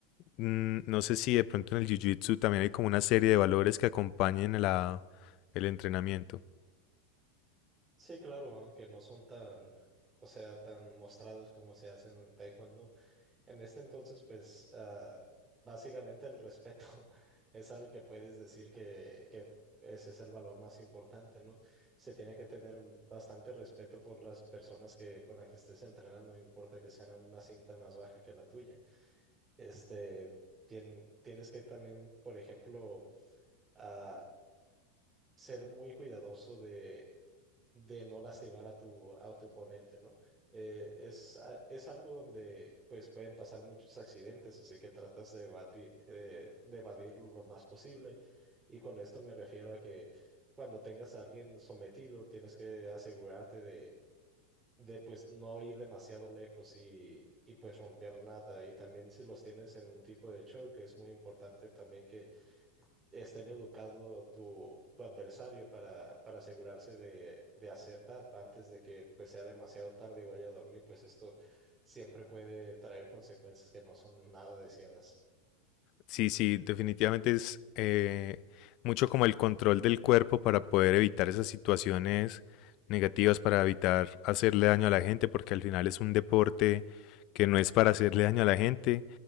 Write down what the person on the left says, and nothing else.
Mm, No sé si de pronto en el Jiu-Jitsu también hay como una serie de valores que acompañen a la, el entrenamiento.
Sí, sí, definitivamente es eh, mucho como el control del cuerpo para poder evitar esas situaciones negativas, para evitar hacerle daño a la gente, porque al final es un deporte que no es para hacerle daño a la gente